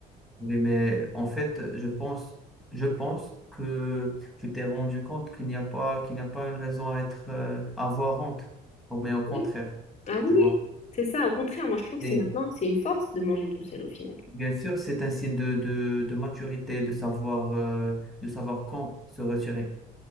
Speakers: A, in the centre; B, on the left.
A: Oui, mais en fait, je pense, je pense que tu t'es rendu compte qu'il n'y a pas, qu'il n'y a pas une raison à être, euh, à avoir honte, Au- mais au contraire,
B: Oui. Ah oui,
A: tu vois.
B: oui. C'est ça, au contraire, moi, je trouve que
A: Et
B: c'est maintenant, c'est une force de manger tout seul, au final.
A: bien sûr, c'est un signe de, de, de maturité, de savoir, euh, de savoir quand se retirer.